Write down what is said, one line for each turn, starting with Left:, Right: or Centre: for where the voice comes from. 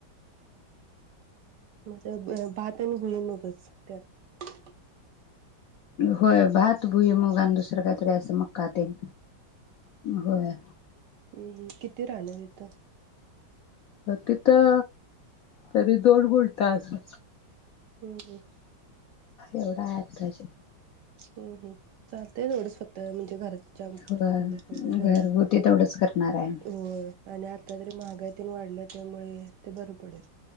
Right: म तर भात आणि भुईमूगच त्यात
Left: होय भात भुई मग आणि दुसरं काहीतरी असं मक् का तेन होय.
Right: हम किती रान देता?
Left: तिथं तरी दोन गुंटा असल
Right: हं हं
Left: एवढा आहे आताशी
Right: हं हं चालतंय तेवढं स्वत म्हणजे घरच्यापुरत
Left: होय
Right: तेवढं केलं बरं
Left: घरगुती
Right: हुतय,
Left: तेवढंच करणार आहे.
Right: होय आणि आता जरी महागाई तेन वाढल्या त्यामुळे ते बरं पडेल